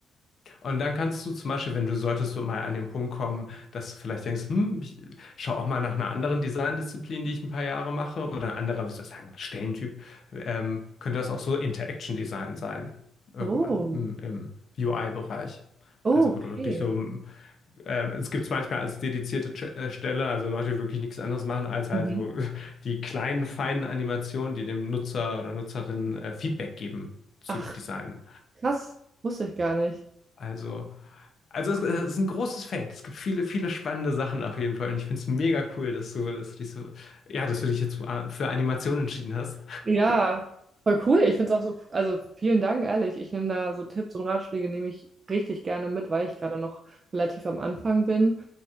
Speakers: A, on the left (about 50°); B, on the right (about 35°).
A: Und dann kannst du zum Beispiel, wenn du solltest du mal an den Punkt kommen, dass du vielleicht denkst, hm, ich schau auch mal nach einer anderen Design-Disziplin, die ich ein paar Jahre mache, oder ein anderer, wie soll ich sagen, Stellentyp, ähm, könnte das auch so Interaction Design sein, irgendwann
B: Oh,
A: im, im UI-Bereich.
B: oh,
A: Also wo du wirklich
B: okay.
A: so, ähm, es gibt es manchmal als dedizierte Ch- äh, Stelle, also Leute, die wirklich nichts anderes machen, als also
B: Mhm.
A: <laughs> die kleinen, feinen Animationen, die dem Nutzer oder Nutzerin äh, Feedback geben, zu
B: Ach,
A: designen.
B: krass, wusste ich gar nicht.
A: Also, also es, es ist ein großes Feld. Es gibt viele, viele spannende Sachen auf jeden Fall. Und ich finde es mega cool, dass du, dass du dich so, ja, dass du dich jetzt für für Animation entschieden hast.
B: Ja, voll cool. Ich finde es auch so, also vielen Dank, ehrlich. Ich nehme da so Tipps und Ratschläge, nehme ich richtig gerne mit, weil ich gerade noch relativ am Anfang bin.